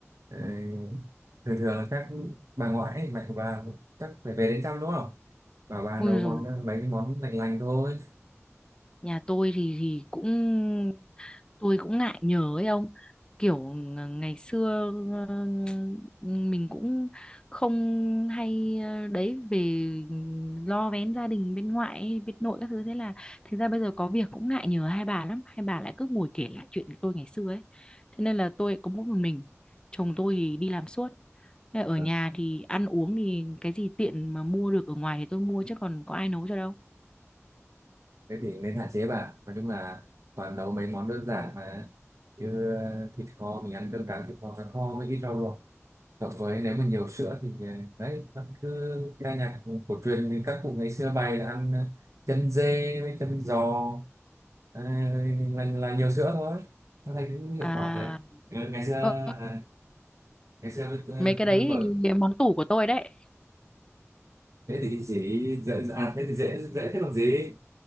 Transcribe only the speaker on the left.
Ui
rồi,
nhà tôi thì thì cũng tôi cũng ngại nhớ ấy ông kiểu ng- ngày xưa ờ, mình cũng không hay ờ, đấy về lo vén gia đình bên ngoại ấy, bên nội các thứ thế là thực ra bây giờ có việc cũng ngại nhờ hai bà lắm hai bà lại cứ ngồi kể lại chuyện của tôi ngày xưa ấy thế nên là tôi có mỗi một mình chồng tôi thì đi làm suốt Thế là ở
nhà thì ăn uống thì cái gì tiện mà mua được ở ngoài thì tôi mua chứ còn có ai nấu cho đâu
à
Ờ,
mấy cái
đấy
thì món tủ của tôi đấy